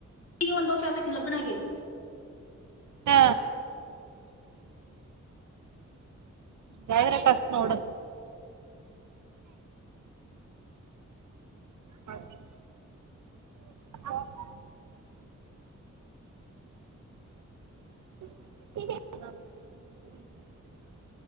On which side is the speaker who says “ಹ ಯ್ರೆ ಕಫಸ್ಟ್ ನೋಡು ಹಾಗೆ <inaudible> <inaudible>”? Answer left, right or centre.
Right